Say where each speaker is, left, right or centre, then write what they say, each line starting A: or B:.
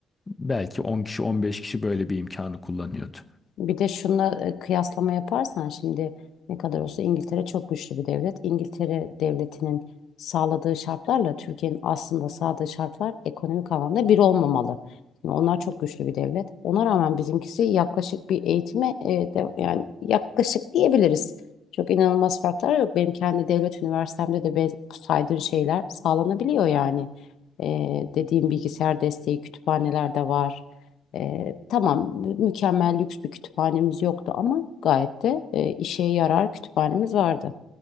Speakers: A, on the left; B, on the left.
A: Belki 10 kişi 15 kişi böyle bir imkanı kullanıyordu.
B: Bir de şuna e, kıyaslama yaparsan şimdi ne kadar olsa İngiltere çok güçlü bir devlet. İngiltere devletinin sağladığı şartlarla Türkiye'nin aslında sağladığı şartlar ekonomik alanda bir olmamalı. Şimdi onlar çok güçlü bir devlet. Ona rağmen bizimkisi yaklaşık bir eğitime e, de, yani yaklaşık diyebiliriz. Çok inanılmaz farklar yok. Benim kendi devlet üniversitemde de ben- saydığın şeyler sağlanabiliyor yani. E, dediğim bilgisayar desteği kütüphaneler de var. E, tamam mükemmel lüks bir kütüphanemiz yoktu ama gayet de e, işe yarar kütüphanemiz vardı.